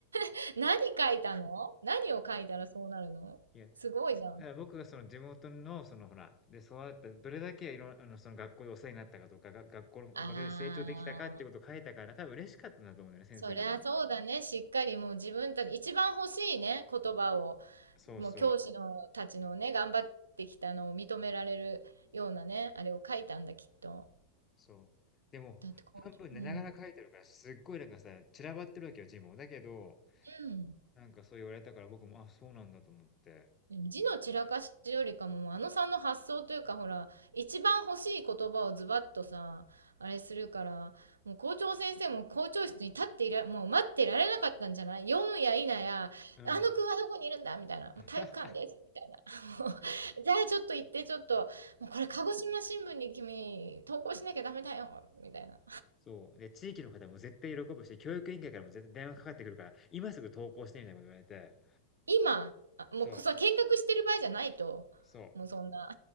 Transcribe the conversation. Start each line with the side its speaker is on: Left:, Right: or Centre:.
Right: <laughs> 何書いたの何を書いたらそうなるのすごいじゃん。
Left: いや、だから僕がその地元の、そのほら、で育った、どれだけいろん、あの、その学校でお世話になったかとか、が、学校のおかげで成長できたかっていうことを書いたから、
Right: ああ、
Left: 多分嬉しかったんだと思うんだよね、先生方も。
Right: そりゃそうだね。しっかりもう自分たち、一番欲しいね、言葉を。
Left: そうそう、
Right: もう教師のたちのね、頑張ってきたのを認められるようなね、あれを書いたんだ、きっと。
Left: そう。でも、
Right: だって校長。
Left: 半分寝ながら書いてるから、
Right: うん。
Left: すっごいなんかさ、散らばってるわけよ、字も。だけど、
Right: うん。
Left: なんかそう言われたから僕も、あ、そうなんだと思って。
Right: 字の散らかしよりかも、あのさんの発想というか、ほら、一番欲しい言葉をズバッとさ、あれするから、もう校長先生も校長室に立っていら、もう待ってられなかったんじゃない読むや否や、あの君はどこにいるんだみたいな、
Left: うん。<laughs>
Right: もう体育館です、みたいな。<laughs> もう、じゃあちょっと行って、ちょっと、もうこれ鹿児島新聞に君、投稿しなきゃダメだよ、みたいな。
Left: そう。で、地域の方も絶対喜ぶし、教育委員会からも絶対電話かかってくるから、今すぐ投稿してみたいなこと言われて。
Right: 今、あもうこそ見学してる場合じゃないと、
Left: そう、そう。
Right: もうそんな。